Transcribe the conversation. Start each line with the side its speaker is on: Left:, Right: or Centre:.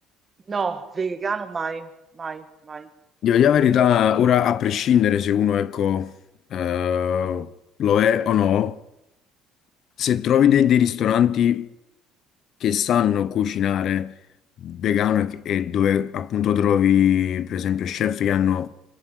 Right: No, vegano mai, mai, mai.
Left: Devo dire la verità, ora a prescindere se uno, ecco, eh, lo è o no, Se trovi dei, dei ristoranti che sanno cucinare vegano e, che- e dove appunto trovi per esempio chef che hanno